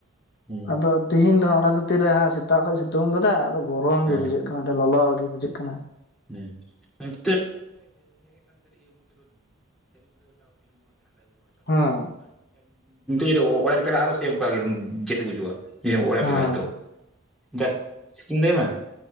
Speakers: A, in the centre; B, on the left.
A: ᱦᱩᱸ
B: ᱟᱫᱚ ᱛᱤᱦᱤᱧ ᱫᱚ ᱦᱟᱸᱜ ᱚᱱᱟ ᱠᱷᱟᱹᱛᱤᱨ ᱦᱟᱸᱜ ᱥᱮᱛᱟᱜ ᱫᱚᱭ ᱥᱤᱛᱩᱝ ᱟᱠᱟᱫᱟ ᱟᱫᱚᱼᱼ ᱜᱚᱨᱚᱢ
A: ᱦᱮᱸ
B: ᱜᱮ ᱵᱩᱡᱷᱟᱹᱜ ᱠᱟᱱᱟ ᱟᱹᱰᱤ ᱞᱚᱞᱚ ᱜᱮ ᱵᱩᱡᱷᱟᱹᱜ ᱠᱟᱱᱟ
A: <unintelligible> <unintelligible> <unintelligible> ᱤᱱᱠᱟᱹ
B: ᱦᱮᱸ
A: ᱡᱩᱫᱤ ᱚᱲᱟᱜ ᱨᱮᱱ ᱪᱟᱞᱟᱜ ᱟᱨ ᱥᱮ ᱚᱱᱠᱮ ᱜᱮ ᱥᱮ ᱵᱩᱡᱩᱜᱼᱟ ᱡᱮ ᱚᱲᱟᱜ
B: ᱦᱮᱸ
A: ᱪᱟᱞᱟᱜᱼᱟ ᱱᱤᱛᱚᱜ <unintelligible>